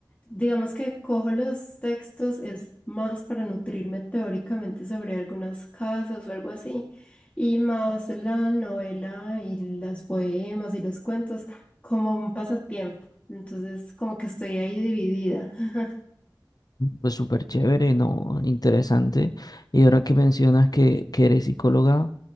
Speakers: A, on the left (about 20°); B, on the left (about 55°).
A: digamos que cojo los textos es más para nutrirme teóricamente sobre algunas casas o algo así, y más la novela y los poemas y los cuentos como un pasatiempo. Entonces, como que estoy ahí dividida. <laughs>
B: Pues súper chévere, ¿no? Interesante. Y ahora que mencionas que, que eres psicóloga,